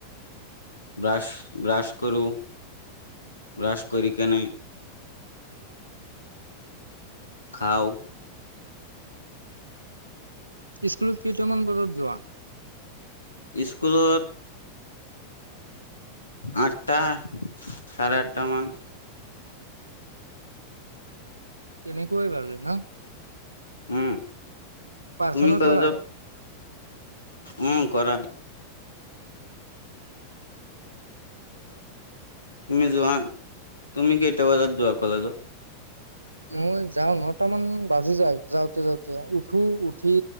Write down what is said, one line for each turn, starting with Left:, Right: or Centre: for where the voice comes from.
Left: ব্ৰাছ ব্ৰাছ কৰো ব্ৰাছ কৰি কেনে খাও
Right: স্কুলত কেইটামান বজাত যোৱা?
Left: স্কুলত আঠটা, চাৰে আঠটা মান
Right: এনেকৈই ভাল ন?
Left: উম
Right: প্ৰাৰ্থনা
Left: তুমি কলেজ
Right: কৰাই?
Left: উম কৰা তুমি যোৱা, তুমি কে কেইটাবজাত‌ যোৱা কলেজত?
Right: মই যাওঁ ন'টা মান বাজি যায় যাওঁতে যাওঁতে উঠো উঠি